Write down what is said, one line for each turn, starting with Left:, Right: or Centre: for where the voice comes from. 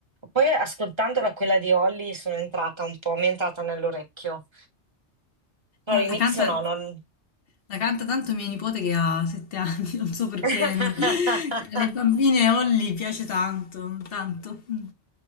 Right: Poi ascoltandola quella di Olli sono entrata un po', mi è entrata nell'orecchio. Però
Left: La,
Right: all'inizio
Left: la canta,
Right: no, non...
Left: la canta tanto mia nipote che ha sette anni, <laughs> non so perché.
Right: <laughs>
Left: Alle bambine Holly piace tanto, tanto. Mm.